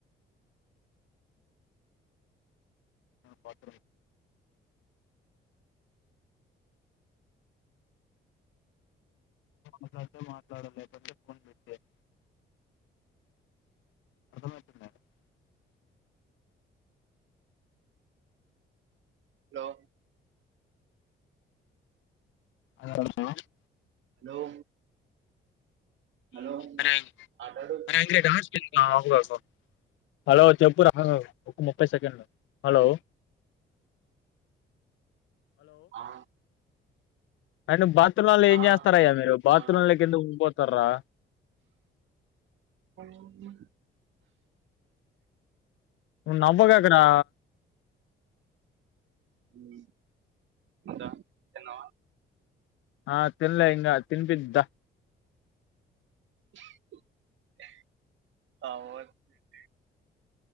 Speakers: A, on the left (about 75°); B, on the right (about 70°).
A: వర్క్ అట్ ఐతే మాట్లాడక్ <inaudible> <inaudible>
B: హలో
A: <unintelligible>
B: హలో హలో
A: అరే
B: మాట్లాడు
A: అరే <unintelligible> డాన్స్ స్పెల్లింగ్ <inaudible> హలో చెప్పు రా ఒక ముప్పై సెకండ్లు హలో
B: ఆ
A: అయినా బాత్రూమ్లలో ఏం
B: ఆ
A: చేస్తారాయ మీరు బాత్రూమ్ల
B: మాట్లాడు
A: కెందుకు పోతారా
B: చదువు
A: నువ్ నవ్వ కకరా
B: ఉ ఇంకా తిన్నావా
A: ఆ తిన్లే ఇంకా తిన్పిద్ద
B: <inaudible>